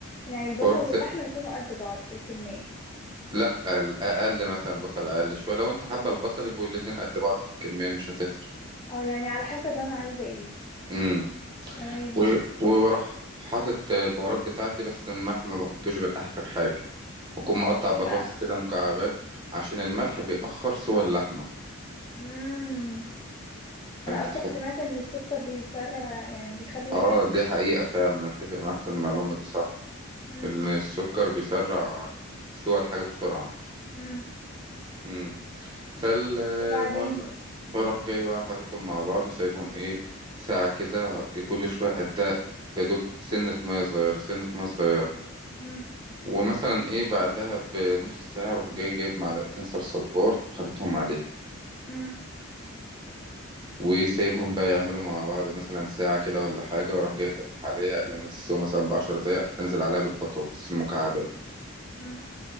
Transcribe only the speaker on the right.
واروح
س...
لا اقل مثلا البصل اقل شويه لو انت حابه البصل يبقوا الاتنين قد بعض في الكميه مش هتفرق
امم.
و-
وبروح حاطط البهارات بتاعتي بس الملح ما بحطوش غير آخر حاجة وأكون
مقطع
بطاطس
كده مكعبات عشان الملح بيأخر سوى اللحمة
فأنت
تحط
آه دي حقيقة فعلا أتفق معاك في المعلومة دي صح
إن السكر بيسرع سوى الحاجة بسرعة
مم. فالمهم
بروح جاي بقى حاططهم مع بعض وسايبهم إيه ساعة كده كل شوية أدق يا دوب سنة مية صغيرة سنة مية صغيرة
ومثلا ايه بعدها بنص ساعة اروح جاي جايب معلقتين صلصة كبار حاططهم عليها
وسايبهم بقى يعملوا مع بعض مثلا ساعة كده ولا حاجة واروح جاي فاتح عليها قبل ما تستوي مثلا بعشر دقايق انزل عليها بالبطاطس مكعبات